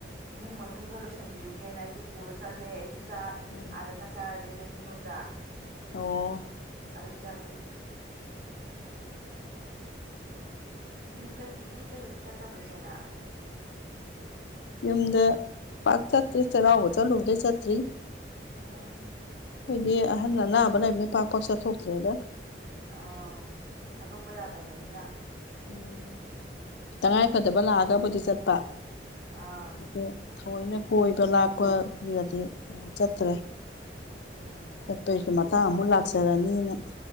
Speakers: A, on the right; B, on the left.
A: ꯏꯃꯨꯡ ꯃꯅꯨꯡꯁꯨ ꯈꯔ ꯂꯣꯏꯁꯟꯕꯤꯔꯨꯒꯦꯅ ꯑꯩꯁꯨ ꯄꯨꯔ ꯆꯠꯂꯦ ꯑꯩꯁꯨ ꯆꯥꯛ
B: ꯎꯝ
A: ꯑꯥꯗ ꯆꯥꯛ ꯆꯔꯁꯦꯅ ꯌꯨꯝꯂꯣꯝꯗ
B: ꯑꯣ
A: ꯑꯗꯨ ꯆꯠꯂꯨꯏ ꯌꯨꯝꯀꯩꯒꯤ ꯌꯨꯝꯗꯒꯗꯤ ꯆꯠꯇꯕ ꯆꯦꯅꯪ
B: ꯌꯨꯝꯗ ꯄꯥꯛ ꯆꯠꯇ꯭ꯔꯤ ꯆꯩꯔꯥꯎꯕ ꯆꯠꯂꯨꯕꯗꯩ ꯆꯠꯇ꯭ꯔꯤ
A: ꯑ
B: ꯑꯈꯣꯏꯗꯤ ꯑꯍꯟ ꯑꯅꯥꯕ ꯂꯩꯕꯅꯤꯅ ꯄꯥꯛ ꯄꯥꯛ ꯆꯠꯊꯣꯛꯇ꯭ꯔꯦꯗ
A: ꯑꯥꯎ ꯊꯥꯗꯣꯛꯄ ꯌꯥꯗꯕꯅꯤꯅ
B: ꯎꯝ ꯇꯉꯥꯏ ꯐꯗꯕ ꯂꯥꯛꯑꯒꯕꯨꯗꯤ ꯆꯠꯄ
A: ꯑꯥ
B: ꯑꯗꯨ ꯊꯑꯣꯏꯅ ꯀꯣꯏꯕ ꯂꯥꯛꯄꯒꯤꯗꯗꯤ ꯆꯠꯇ꯭ꯔꯦ
A: ꯎꯝ
B: ꯆꯠꯄꯩꯁꯨ ꯃꯇꯥꯡ ꯑꯃꯨꯛ ꯂꯥꯛꯆꯔꯅꯤꯅ